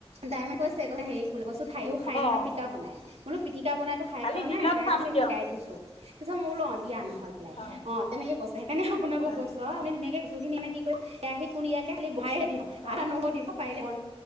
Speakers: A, on the right; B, on the left.
A: ডায়মেণ্ড কৈছে হেৰি কোল কৈছোন ঠাৰিও খাই
B: অঁ
A: নহয় পিকা বনাই মোলো তিটিকা বনাইতো খাই
B: কালি
A: পোৱা
B: দিনত
A: নাই তাই
B: চাম
A: কৈছে
B: দিয়ক
A: শিকাই দিছো তাৰিছত মোৰো ল দিয়া নহ'লে
B: হয়
A: অ', তেনেকে কছে সেইকাৰে আপোনাকো
B: হয়
A: কৈছ অ আপু ধুনাক কৈছুিনিনে কি কৰিছ সি কোন ইয়াক খালি ভ দ
B: অঁ
A: আধা নহৰু দিব পাৰিলে ব